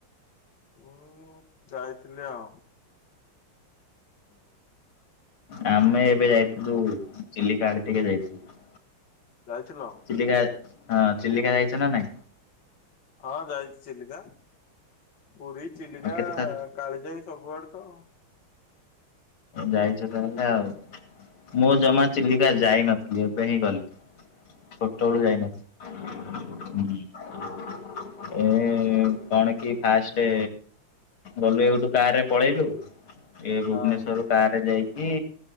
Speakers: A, on the left (about 60°); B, on the left (about 80°).
A: ମୁଁ ଯାଇଥିଲି ଆଉ
B: ଆମେ ଏବେ ଯାଇଥିଲୁ ଚିଲିକା ଟିକେ ଯାଇଥିଲୁ
A: ଯାଇଥିଲ
B: ଚିଲିିକା ହଁ ଚିଲିିକା ଯାଇଛ ନା ନଁ
A: ହଁ ଯାଇଛି ଚିଲିକା ପୁରୀ ଚିଲିକା
B: ଆଉ କେତେ
A: କାଳିଜାଇ ସବୁଆଡେ ତ
B: ଯାଇଛ ତାହଲେ ଆଉ ମୁଁ ଜମା ଚିଲିକା ଯାଇନଥିଲି ଏବେ ହିଁ ଗଲି ଛୋଟ ବେଳୁ
A: ହୁଁ
B: ଯାଇନଥିଲ ହଁ ଏ କଣ କି ଫାଷ୍ଟ ଗଲୁ ଏ ଗୋଠୁ କା ରେ ପଳେଇଲୁ ଏ ଭୁବନେଶ୍ଵର
A: ହଁ
B: କ ରେ ଯାଇକି